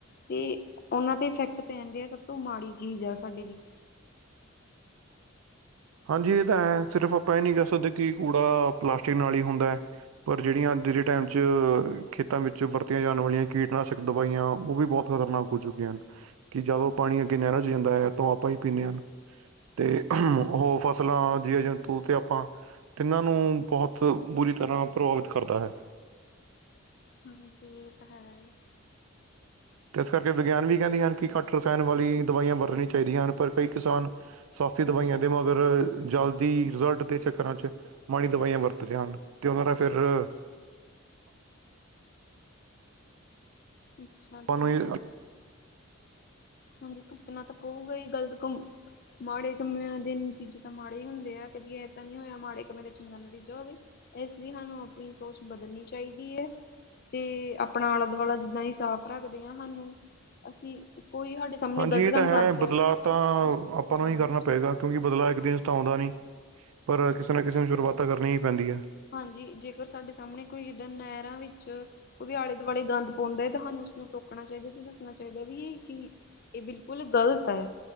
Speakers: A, on the left; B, on the right.
A: ਤੇ ਉਹਨਾਂ ਤੇ ਇਫੈਕਟ ਪੈਂਦੇ ਆ ਸਭ ਤੋਂ ਮਾੜੀ ਚੀਜ਼, ਆ ਸਾਡੇ ਲਈ
B: <unintelligible> ਹਾਂਜੀ, ਇਹ ਤਾਂ ਹੈ ਸਿਰਫ ਆਪਾਂ ਇਹ ਨਹੀਂ ਕਹਿ ਸਕਦੇ ਕਿ, ਕੂੜਾ ਪਲਾਸਟਿਕ ਨਾਲ ਹੀ ਹੁੰਦਾ ਹੈ। ਪਰ ਜਿਹੜੀਆਂ ਜਿਹੜੇ, ਟਾਈਮ 'ਚ ਖੇਤਾਂ ਵਿੱਚ ਵਰਤੀਆਂ ਜਾਣ ਵਾਲੀਆਂ, ਕੀਟਨਾਸ਼ਕ ਦਵਾਈਆਂ, ਉਹ ਵੀ ਬਹੁਤ ਖਤਰਨਾਕ ਹੋਜ ਕਿ ਜਦੋਂ ਪਾਣੀ ਅੱਗੇ ਨਹਿਰਾਂ ਚ ਜਾਂਦਾ ਹੈ ਤਾਂ ਆਪਾਂ ਹੀ ਪੀਂਦੇ ਹਾਂ ਤੇ <unintelligible> ਉਹ ਫਸਲਾਂ, ਜੀਵ, ਜੰਤੂ, ਤੇ ਆਪਾਂ ਤਿੰਨਾਂ ਨੂੰ ਬਹੁਤ ਬੁਰੀ ਤਰ੍ਹਾਂ ਪ੍ਰਭਾਵਿਤ ਕਰਦੀਆਂ ਨੇ। ਤਾਂ। <unintelligible>
A: ਹਾਂਜੀ, ਇਹ ਤਾਂ ਹੈ ਈ
B: ਤੇ ਇਸ ਕਰਕੇ ਵਿਗਿਆਨ, ਵੀ ਕਹਿੰਦੇ ਹਨ ਕਿ ਘੱਟ ਰਸਾਇਣ ਵਾਲੀ ਦਵਾਈਆਂ, ਵਰਤੀਆਂ ਚਾਹੀਦੀਆਂ ਹਨ। ਪਰ ਕਈ ਕਿਸਾਨ ਸਸਤੀਆ ਦਵਾਈਆਂ ਦੇ ਮਗਰ, ਜਲਦੀ ਰਿਜ਼ਲਟ ਦੇ ਚ ਚੱਕਰਾਂ ਚ, ਮਾੜੀ ਦਵਾਈਆਂ ਵਰਤਦੇ ਹਨ। ਤੇ ਉਹਨਾਂ ਦਾ ਫਿਰ‌
A: ਅੱਛਾ ਜੀ।
B: ਨੂੰ ਹੀ
A: ਹਾਂਜੀ ਭੁਗਤਣਾ ਤਾਂ ਪਊਗਾ ਹੀ, ਗ਼ਲਤ ਕੰਮ ਮਾੜੇ ਕੰਮਿਆਂ ਦੇ ਨਤੀਜੇ ਤਾਂ ਮਾੜੇ ਹੀ ਹੁੰਦੇ ਆ, ਕਦੀ ਇਹ ਤਾਂ ਨਹੀਂ ਹੋਇਆ ਮਾੜੇ ਕੰਮਾਂ ਦਾ ਚੰਗਾ ਨਤੀਜਾ ਹੋਵੇ। ਇਸ ਲਈ ਸਾਨੂੰ, ਆਪਣੀ ਸੋਚ ਬਦਲਣੀ ਚਾਹੀਦੀ ਹੈ। ਤੇ ਆਪਣਾ ਆਲਾ ਦੁਆਲਾ, ਜਿੱਦਾਂ ਹੀ ਸਾਫ਼ ਰੱਖਦੇ ਹਾਂ ਸਾਨੂੰ ਅਸੀਂ ਕੋਈ ਸਾਡੇ ਸਾਹਮਣੇ
B: ਹਾਂਜੀ
A: ਗ਼ਲਤ
B: ਇਹ
A: ਕੰਮ
B: ਤਾਂ ਹੈ,
A: ਕਰਦਾ
B: ਬਦਲਾਅ ਤਾਂ
A: ਉਸਨੂੰ ਸਾਨੂੰ
B: ਆਪਾਂ
A: ਸਮਝਾਉਣਾ
B: ਨੂੰ ਹੀ ਕਰਨਾ
A: ਵੀ ਚਾਹੀਦਾ।
B: ਪਏਗਾ, ਕਿਉਂਕਿ ਬਦਲਾਅ ਇੱਕ ਦਿਨ 'ਚ ਤਾਂ ਆਉਂਦਾ ਨਹੀਂ। ਪਰ ਕਿਸੇ ਨਾ ਕਿਸੇ ਨੂੰ, ਸ਼ੁਰੂਆਤ ਕਰਨੀ ਹੀ ਪੈਂਦੀਆਂ।
A: ਹਾਂਜੀ, ਜੇਕਰ ਸਾਡੇ ਸਾਹਮਣੇ ਕੋਈ ਇੱਦਾਂ ਨਹਿਰਾਂ ਵਿੱਚ ਉਹਦੇ ਆਲੇ -ਦੁਆਲੇ ਗੰਦ ਪਾਉਂਦਾ ਹੈ ਤੇ ਸਾਨੂੰ ਉਸਨੂੰ ਟੋਕਣਾ ਚਾਹੀਦਾ, ਤੇ ਦੱਸਣਾ ਚਾਹੀਦਾ, ਵੀ ਇਹ ਚੀ ਇਹ ਬਿਲਕੁਲ ਗ਼ਲਤ ਹੈ।